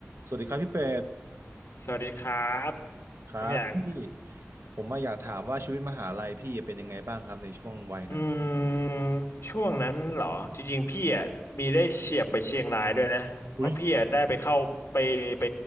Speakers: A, on the right; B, on the left.
A: สวัสดีครับพี่เป็ด
B: สวัสดีครับ
A: ครับพี่
B: น้องอย่าง
A: ผมมาอยากถามว่าชีวิตมหาลัยพี่เป็นยังไงบ้างครับในช่วงวัยนะ
B: อืมช่วงนั้นเหรอจริงๆพี่อ่ะมีได้เฉียบไปเชียงรายด้วยนะเพราะพี่อ่ะได้ไปเข้าไปไป
A: อุ้ย